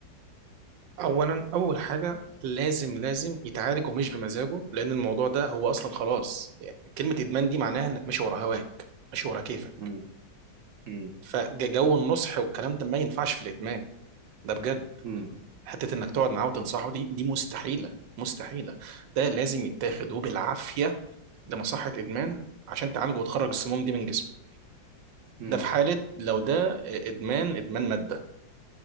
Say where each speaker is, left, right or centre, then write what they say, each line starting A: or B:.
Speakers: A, on the right (about 80°); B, on the right (about 60°).
A: اولا اول حاجه لازم لازم يتعالج ومش بمزاجه لان الموضوع ده هو اصلا خلاص يعني كلمه ادمان دي معناها انك ماشي ورا هواك ماشي ورا كيفك
B: مم، مم،
A: فجو النصح والكلام ده ما ينفعش في الادمان ده بجد
B: مم،
A: حته انك تقعد معاه وتنصحه دي دي مستحيله مستحيله ده لازم يتاخد وبالعافيه لمصحه ادمان عشان تعالجه وتخرج السموم دي من جسمه
B: مم،
A: ده في حاله لو ده ادمان ادمان ماده